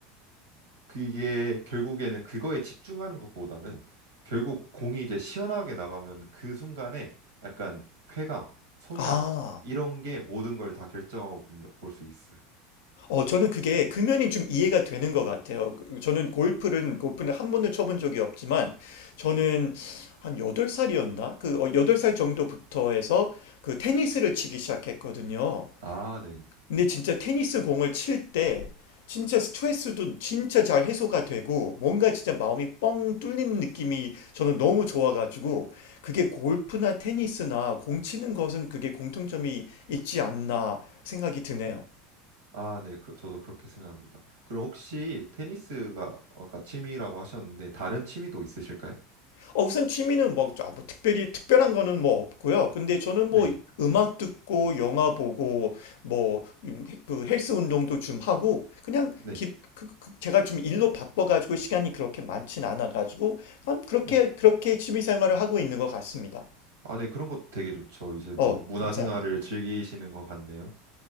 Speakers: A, on the right; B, on the left.
A: 그게 결국에는 그거에 집중하는 것보다는 결국 공이 이제 시원하게 나가면 그 순간에 약간 쾌감, 손맛
B: 아,
A: 이런 게 모든 걸 다 결정하고 볼 수 있어요.
B: 어, 저는 그게 금연이 좀 이해가 되는 것 같아요. 그- 저는 골프는, 골프는 한 번도 쳐본 적이 없지만, 저는
A: 네.
B: 한 8살이었나? 그 어, 8살 정도부터 해서 그 테니스를 치기 시작했거든요.
A: 아, 네네.
B: 근데 진짜 테니스 공을 칠 때 진짜 스트레스도 진짜 잘 해소가 되고 뭔가 진짜 마음이 뻥 뚫리는 느낌이 저는 너무 좋아가지고 그게 골프나 테니스나 공 치는 것은 그게 공통점이 있지 않나 생각이 드네요.
A: 아, 네. 그- 저도 그렇게 생각합니다. 그럼 혹시 테니스가 아까 취미라고 하셨는데 다른 취미도 있으실까요?
B: 어, 우선 취미는 뭐, 아, 뭐 특별히 특별한 거는 뭐 없고요. 근데 저는
A: 네네.
B: 뭐 음악 듣고 영화 보고 뭐 그 헬스 운동도 좀 하고 그냥
A: 네.
B: 기, 그, 그- 제가 좀 일로 바빠가지고 시간이 그렇게 많진 않아가지고 그냥 그렇게
A: 네.
B: 그렇게 취미 생활을 하고 있는 것 같습니다.
A: 아, 네. 그런 것도 되게 좋죠. 이제 뭐
B: 어,
A: 문화생활을
B: 감사합니다.
A: 즐기시는 것 같네요.